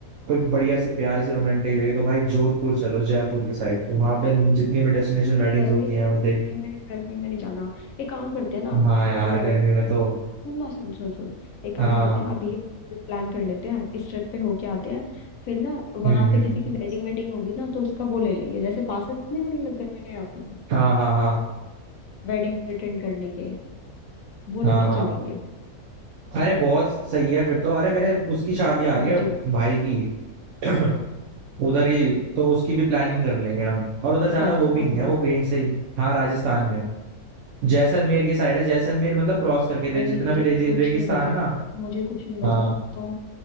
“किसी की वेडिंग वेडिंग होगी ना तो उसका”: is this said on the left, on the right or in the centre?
Left